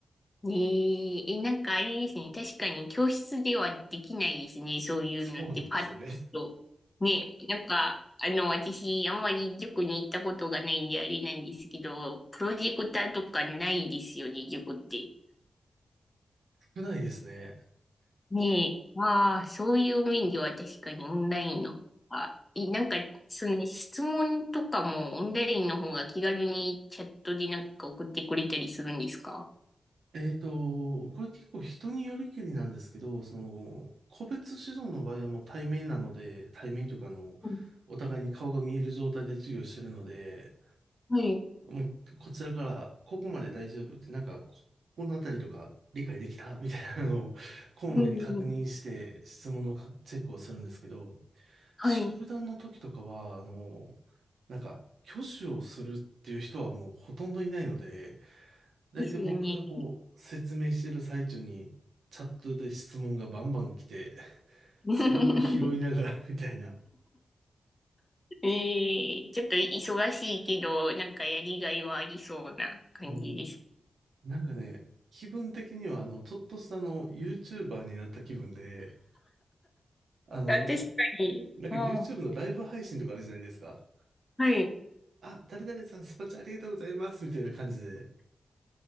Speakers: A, on the left (about 20°); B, on the right (about 80°).
A: ねえ、え、なんかあれですね、確かに教室ではできないですね、そういうのってパッと。
B: そうなんですよね。
A: ねえ、なんか、あの、私、あんまり塾に行ったことがないんであれなんですけど、プロジェクターとかないですよね、塾って。
B: 少ないですね。
A: ねえ、ああ、そういう面では確かにオンラインの方が、いなんか、その質問とかもオンラインの方が気軽にチャットでなんか送ってくれたりするんですか
B: えっと、これ結構人によりけりなんですけど、その、個別指導の場合はもう対面なので、対面というかあの、
A: うん
B: お互いに顔が見える状態で授業してるので、
A: はい。
B: もうこちらからここまで大丈夫って、なんかこ、このあたりとか理解できたみたいなのを、こまめに確認して質問のかチェックをするんですけど、
A: うん。はい。
B: 集団の時とかは、
A: <laughs>
B: あの、なんか、挙手をするっていう人はもうほとんどいないので、大体僕がこう、
A: ですよね。
B: 説明してる最中に、チャットで質問がバンバン来て、<laughs>
A: <laughs>
B: それを拾いながら <laughs> みたいな。
A: ええちょっと忙しいけど、なんかやりがいはありそうな感じです。
B: こうなんかね、気分的には、あの、ちょっとしたあの、YouTuber になった気分で、あの、
A: あ、確かに。
B: なんか
A: ああ、
B: YouTube のライブ配信とかあるじゃないですか。
A: はい。
B: あ、誰々さん、スパチャありがとうございます、みたいな感じで。